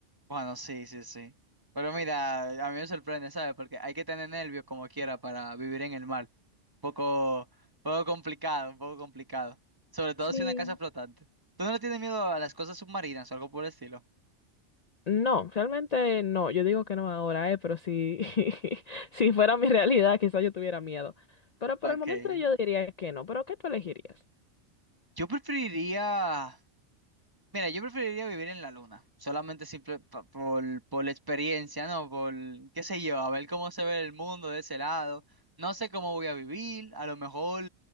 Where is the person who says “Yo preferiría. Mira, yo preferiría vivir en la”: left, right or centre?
Right